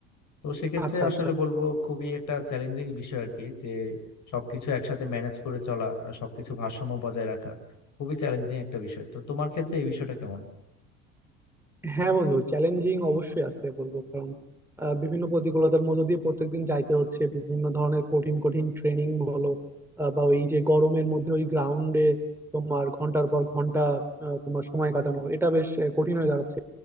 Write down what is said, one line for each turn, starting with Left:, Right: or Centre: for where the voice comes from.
Left: তো সেক্ষেত্রে
Centre: আচ্ছা
Left: আসলে
Centre: আচ্ছা
Left: বলবো খুবই একটা চ্যালেঞ্জিং বিষয় আর কি যে সবকিছু একসাথে ম্যানেজ করে চলা আর সবকিছু ভারসাম্য বজায় রাখা খুবই চ্যালেঞ্জিং একটা বিষয় তো তোমার ক্ষেত্রে এই বিষয়টা কেমন
Centre: হ্যাঁ বন্ধু চ্যালেঞ্জিং অবশ্যই আছে বলবো কারণ আহ, বিভিন্ন প্রতিকূলতার মধ্য দিয়ে প্রত্যেকদিন যাইতে হচ্ছে বিভিন্ন ধরনের কঠিন কঠিন ট্রেনিং বলো আহ, বা ওই যে গরমের মধ্যে ওই গ্রাউন্ডে তোমার ঘন্টার পর ঘন্টা আহ, তোমার সময় কাটানো এটা বেশ আহ, কঠিন হয়ে দাঁড়াচ্ছে